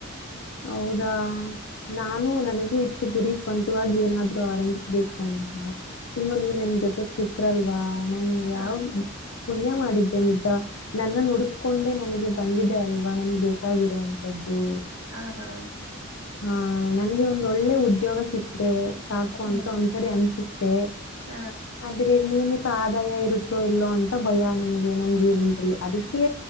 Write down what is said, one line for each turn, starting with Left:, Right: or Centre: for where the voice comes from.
Left: ಹೌದಾ ನಾನು ನನಗೂ ಇತ್ತು ಗುರಿ ಸ್ವಂತವಾಗಿ ಏನಾದ್ರು ಆರಂಭಿಸ್ಬೇಕು ಅಂತ ಇ ನೀನ್ ನನ್ ಜೊತೆ ಚಿಕ್ <unintelligible> ನ
Right: ಹಾ
Left: ಯಾವ ಪುಣ್ಯ ಮಾಡಿದ್ದೆ ನಿಜ ನನ್ನ ನುಡುಕಕೊಂಡೇ ನನಗೆ ಬಂದಿದೆ ಅಲ್ವಾ ನನಗೆ ಬೇಕಾಗಿರೋಂಥದ್ದು
Right: ಹಾ ಹಾ
Left: ಹಾ ನನಗೆ ಒಂದಳ್ಳೆ ಉದ್ಯೋಗ ಸಿಕ್ಕ್ರೆ ಸಾಕು
Right: ಹ್ಮ್
Left: ಅಂತ ಒಂದ್ಸರಿ ಅಂಚಿ ಫೆ
Right: ಹ
Left: ಆದ್ರೆ ನಿಯಿಮಿತ್ ಆದಾಯ ಇರುತ್ತೋ ಇಲ್ಲೋ ಅಂತ ಭಯ ನಮಗೆ ನನ್ನ ಜೀವನದಲ್ಲಿ ಅದಕ್ಕೆ